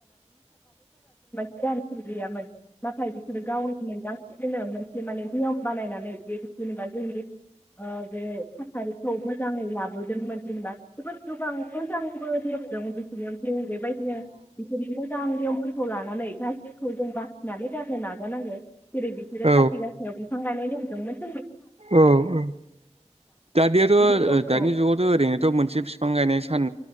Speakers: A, on the left; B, on the right.
A: <unintelligible> गारिफोर गैयामोन। नाथाय बिसोरो गावनि मोनदां नो मोनसे माने नियम बानायनानै बे जेनेबा जोंनि ओ बे थासारिखौ मोजाङै लाबोदोंमोन जेनेबा जोबोद गोबां मोजांबो नियम दंमोन बिसोर जों बेबायदिनो बिसोरनि मोजां नियम खौ लानानै गाज्रिखौ जों बासिनानै गारनो नाजानांगो जेरै बिसोरो
B: औ
A: काथि गासायाव बिफां गायनाय नियमदोंमोन।
B: औ औ दानियाथ'
A: बे नियमखौ
B: दानि जुगावथ' ओरैनोथ' मोनसे बिफां गायनाय सान